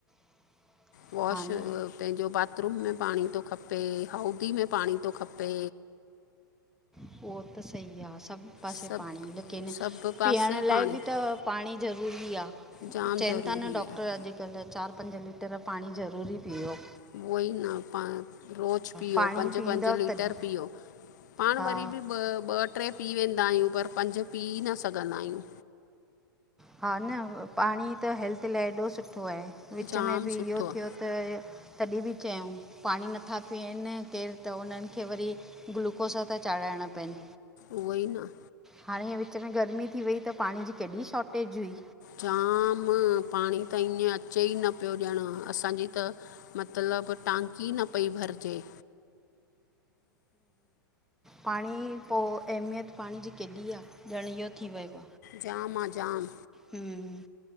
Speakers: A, in the centre; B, on the left.
A: <inaudible>
B: वॉश पंहिंजो
A: न
B: बाथरूम में पाणी थो खपे हाउदी में पाणी थो खपे
A: उहो त सही आ सभ पासे
B: सभु
A: पाणी लेकिन
B: सभु पासे
A: पीअण लाए
B: पाणी
A: बि त पाणी ज़रूरी आ
B: जाम
A: चईन
B: ज़रूरी
A: था न डॉक्टर
B: आहे
A: अॼुकल चार पंज लीटर पाणी ज़रूरी पीयो
B: उहो ई न पाणी रोज़ पीयो
A: पाणी
B: पंज
A: पीअंदव
B: पंज लीटर
A: तॾहिं
B: पीओ पाण
A: हा
B: वरी भी ॿ ॿ टे पी वेंदा आहियूं पर पंज पी न सघंदा आयूं
A: हा न पाणी त हेल्थ लाए एॾो सुठो आहे विच
B: जाम
A: में बि
B: सुठो
A: इहो
B: आहे
A: थियो त तॾहिं बि चयऊं पाणी नथा पीअन केरु त उनन खे वरी ग्लूकोस था चाढ़ाइणा पइन
B: उहो ई न
A: हाणे हीएं विच में गर्मी थी वई त पाणीअ जी केॾी शॉटेज हुई
B: जाम पाणी त ईअं अचे ई न पियो ॼण असांजी त मतलब टांकी न पई भरजे
A: पाणी पो अहमियत पाणी जी केॾी आ ॼण इ थी वयम
B: जाम आहे जाम
A: हूं